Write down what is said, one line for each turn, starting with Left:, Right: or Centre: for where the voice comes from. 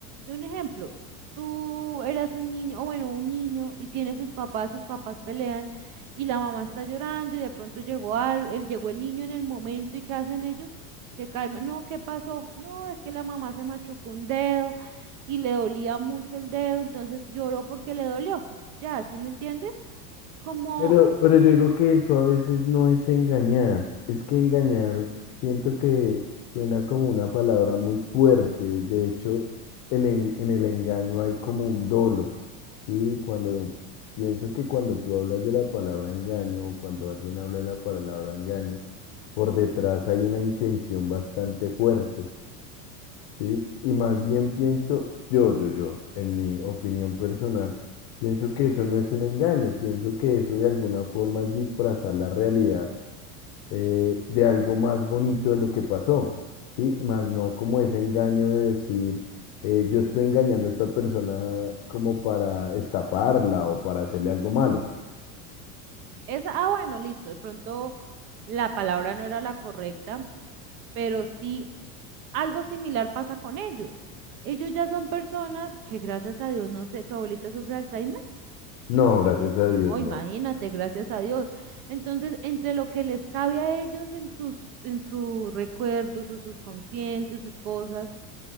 Right: un ejemplo, tú eras un niño, o bueno, un niño y tiene sus papás, sus papás pelean y la mamá está llorando y de pronto llegó al, el, llegó el niño en el momento y ¿qué hacen ellos? Se calman, no, ¿qué pasó? No, es que la mamá se machucó un dedo, y le dolía mucho el dedo, entonces lloró porque le dolió. Ya, ¿sí me entiendes? Como
Left: Pero, pero yo digo que eso a veces no es engañar, es que engañar siento que suena como una palabra muy fuerte, de hecho el en, en el engaño hay como un dolo, ¿sí? Cuando pienso que cuando tú hablas de la palabra engaño o cuando alguien habla de la palabra engaño, por detrás hay una intención bastante fuerte. Sí, y más bien pienso, yo, yo, yo, en mi opinión personal, pienso que eso no es un engaño, pienso que eso de alguna forma es disfrazar la realidad eh, de algo más bonito de lo que pasó, ¿sí? Más no como ese engaño de decir, eh, yo estoy engañando a esta persona como para estafarla o para hacerle algo malo.
Right: esa, ah, bueno, listo, de pronto la palabra no era la correcta, pero sí algo similar pasa con ellos. Ellos ya son personas que gracias a Dios, no sé, tu abuelita sufre de Alzheimer.
Left: No, gracias a Dios,
Right: No,
Left: no.
Right: imagínate, gracias a Dios. Entonces, entre lo que les cabe a ellos en sus, en sus recuerdos, sus subconscientes, sus cosas,